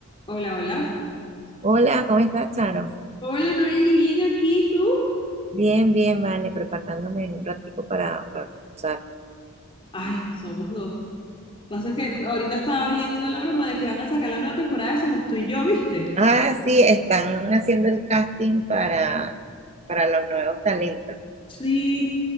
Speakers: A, on the left (about 25°); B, on the right (about 30°).
A: Hola, hola.
B: Hola, ¿cómo estás, Charo?
A: Hola Noeli, bien aquí, ¿tú?
B: Bien, bien, vale, preparándome un ratico para, para usar.
A: Ay, somos dos. Pasa que ahorita estaba viendo la broma de que van a sacar la nueva temporada de Somos tú y yo, ¿viste?
B: Ah, sí, están haciendo el casting para, para los nuevos talentos.
A: Sí.